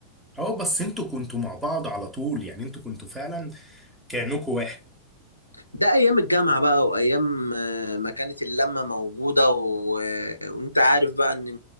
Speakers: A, in the centre; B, on the left.
A: اه بس انتوا كنتوا مع بعض على طول يعني انتوا كنتوا فعلا كأنكوا واحد
B: ده ايام الجامعه بقى وايام آه، ما كانت اللمه موجوده و... وانت عارف بقى ان